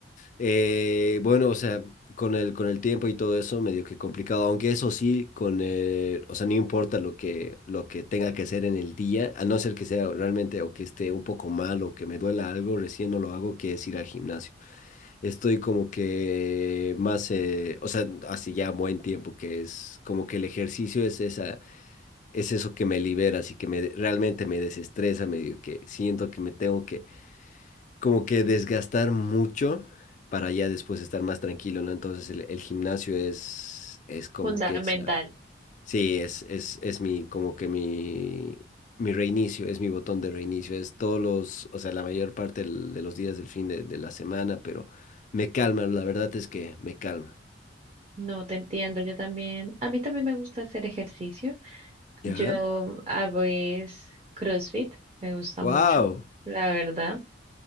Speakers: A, on the left; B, on the right.
A: eh, bueno, o sea, con el, con el tiempo y todo eso, medio que complicado, aunque eso sí, con el- o sea, no importa lo que, lo que tenga que hacer en el día, a no ser que sea realmente o que esté un poco mal o que me duela algo, recién no lo hago, que es ir al gimnasio. Estoy como que más, eh, o sea, hace ya buen tiempo que es como que el ejercicio es esa, es eso que me libera, así que me, realmente me desestresa, medio que siento que me tengo que como que desgastar mucho para ya después estar más tranquilo, ¿no? Entonces el, el gimnasio es, es como
B: Fundamental.
A: que esa, sí, es, es, es mi, como que mi, mi reinicio, es mi botón de reinicio, es todos los, o sea, la mayor parte del- de los días del fin de, de la semana, pero me calma, la verdad es que me calma,
B: No te entiendo, yo también, a mí también me gusta hacer ejercicio.
A: ¿ya?
B: Yo hago es CrossFit, me gusta
A: ¡Wow!
B: mucho, la verdad.